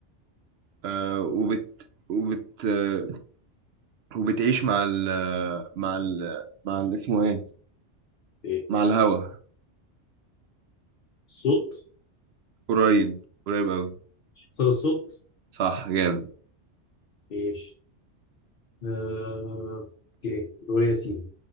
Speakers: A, on the right (about 65°); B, on the left (about 50°).
A: أه... وبت وبت آه، وبتعيش مع ال مع ال مع ال اسمه ايه
B: إيه
A: مع الهوا
B: صوت
A: قريب قريب أوي
B: صار الصوت
A: صح جامد
B: ماشي آه... إيه دور ياسين